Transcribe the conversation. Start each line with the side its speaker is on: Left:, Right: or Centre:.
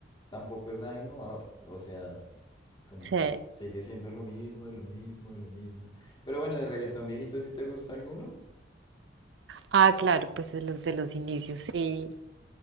Left: tampoco es nada innovador. O sea, como
Right: Sí.
Left: que sigue siendo lo mismo, de lo mismo, de lo mismo. Pero bueno, de reggaetón viejito, si te gusta alguno?
Right: Ah, claro, pues es los de los inicios, sí.